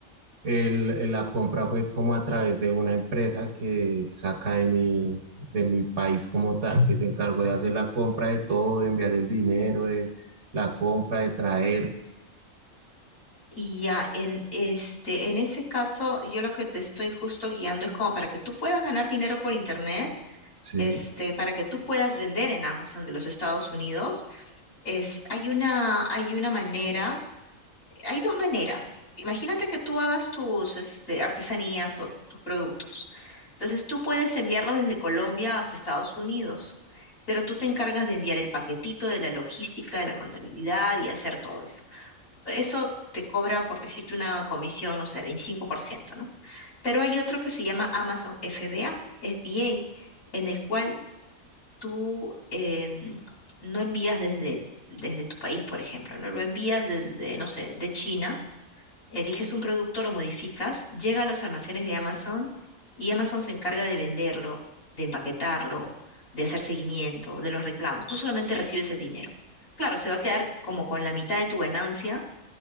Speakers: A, on the right; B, on the left.
A: el- el- la compra fue como a través de una empresa que saca de mi, de mi país como tal, que se encargó de hacer la compra de todo, de enviar el dinero, de la compra, de traer.
B: y ya, en este, en ese caso, yo lo que te estoy justo guiando es como para que tú puedas ganar dinero por internet,
A: Sí,
B: este, para que tú puedas vender en Amazon de los Estados Unidos. Es, hay una, hay una manera. hay dos maneras. Imagínate que tú hagas tus este, artesanías o tus productos. Entonces tú puedes enviarlos desde Colombia hasta Estados Unidos, pero tú te encargas de enviar el paquetito, de la logística, de la contabilidad y hacer todo eso. Eso te cobra, por decirte, una comisión, no sé, 25%, ¿no? Pero hay otro que se llama Amazon FBA, FBA, en el cual tú em, no envías desde, desde tu país, por ejemplo, ¿no? Lo envías desde, no sé, de China Eliges un producto, lo modificas, llega a los almacenes de Amazon y Amazon se encarga de venderlo, de empaquetarlo, de hacer seguimiento, de los reclamos. Tú solamente recibes el dinero. Claro, se va a quedar como con la mitad de tu ganancia,